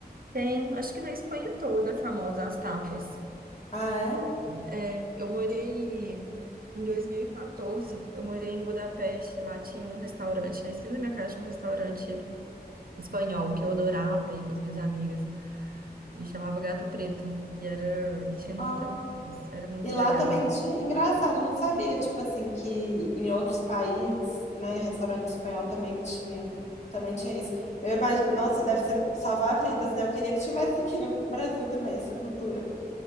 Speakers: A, on the right; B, on the left.
A: Tem, acho que na Espanha toda é famosa as tapas.
B: Ah, é?
A: É, eu morei em 2014, eu morei em Budapeste, lá tinha um restaurante, na esquina da minha casa tinha um restaurante espanhol que eu adorava ir com as minhas amigas e chamava Gato Preto e era e tinha muitas
B: Ah.
A: festas, era muito
B: E lá
A: legal.
B: também tinha. Engraçado, eu não sabia, tipo assim, que em outros países, né, restaurante espanhol também tinha. Também tinha isso. Eu imagino, nossa, deve ser salvar vidas, né? Eu queria que tivesse aqui no Brasil também essa cultura.